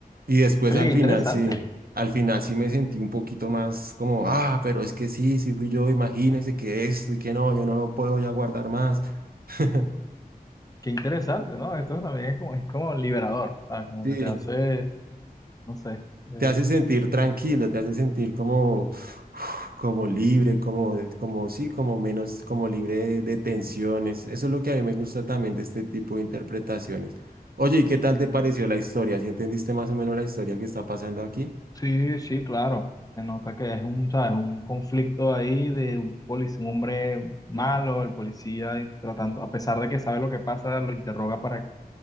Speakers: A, on the right; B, on the left.
A: Y después
B: Oye,
A: al
B: qué
A: final
B: interesante,
A: sí, al final sí me sentí un poquito más como, ah, pero es que sí, sí fui yo, imagínese que esto y que no, yo no lo puedo ya guardar más. <laughs>
B: qué interesante, ¿no? Esto también es como, es como liberador, ¿sabes? Como
A: Sí.
B: que te hace, no sé. eh,
A: te hace sentir tranquilo, te hace sentir como, uf, como libre, como, como sí, como menos, como libre de, de tensiones. Eso es lo que a mí me gusta también de este tipo de interpretaciones. Oye, ¿y qué tal te pareció la historia? ¿Sí entendiste más o menos la historia que está pasando aquí?
B: sí, sí, claro. Se nota que es un, ¿sabes? Un conflicto ahí de un policía, un hombre malo, el policía y tratando, a pesar de que sabe lo que pasa, lo interroga para